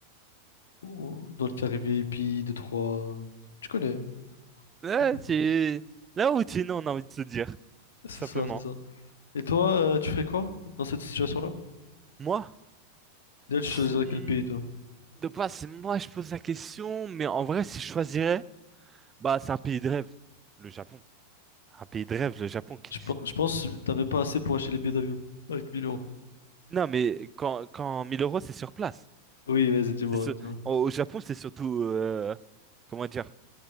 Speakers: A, on the left (about 65°); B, on the right (about 20°).
A: Ou- Dans le carré VIP, 2 trois Tu connais. hein
B: Là,
A: D'accord.
B: tu... Là où tu es, non, on a envie de se dire, tout
A: C'est
B: simplement.
A: ça, c'est ça. Et toi, euh, tu ferais quoi dans cette situation-là?
B: Moi,
A: Déjà, tu
B: pff,
A: choisirais
B: hmm,
A: quel pays, toi?
B: de base, c'est moi, je pose la question, mais en vrai, si je choisirais, bah, c'est un pays de rêve, le Japon. Un pays de rêve, le Japon qui...
A: Je, pen- je pense que t'as même pas assez pour acheter les billets d'avion avec 1000 euros.
B: Non, mais quand, quand 1000 euros, c'est sur place.
A: Oui, vas-y, dis-moi,
B: C'est sur-
A: dis-moi.
B: Au au Japon, c'est surtout, euh, comment dire,